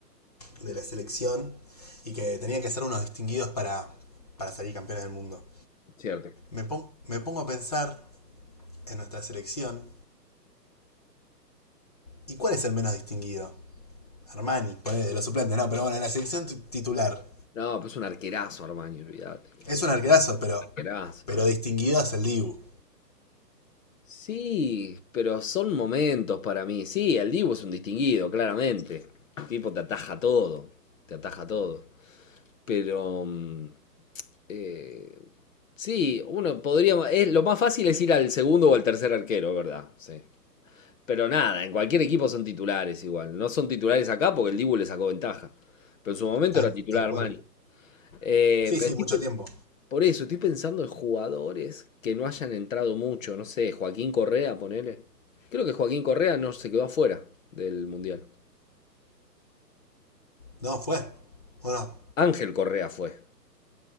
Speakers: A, on the left; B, on the left.
A: de la selección y que tenían que ser unos distinguidos para, para salir campeones del mundo.
B: cierto.
A: Me, pon- me pongo a pensar en nuestra selección y cuál es el menos distinguido. Armani, ponele, de los suplentes, no, pero bueno, en la selección titular.
B: No, pues un arquerazo, Armani, olvídate. un
A: Es un arquerazo, pero,
B: Arquerazo.
A: pero distinguido es el Dibu.
B: Sí, pero son momentos para mí. Sí, el Divo es un distinguido, claramente. El tipo te ataja todo, te ataja todo. Pero... mm, Eh, sí, uno podría. es- lo más fácil es ir al segundo o al tercer arquero, ¿verdad? Sí. Pero nada, en cualquier equipo son titulares igual. No son titulares acá porque el Dibu le sacó ventaja. Pero en su momento
A: Tal,
B: era titular
A: tal
B: Armani.
A: cual.
B: Eh,
A: Sí,
B: pero
A: sí,
B: estoy
A: mucho
B: pe-
A: tiempo.
B: por eso, estoy pensando en jugadores que no hayan entrado mucho. No sé, Joaquín Correa, ponele. Creo que Joaquín Correa no se quedó afuera del Mundial.
A: No, fue. Bueno,
B: Ángel Correa fue.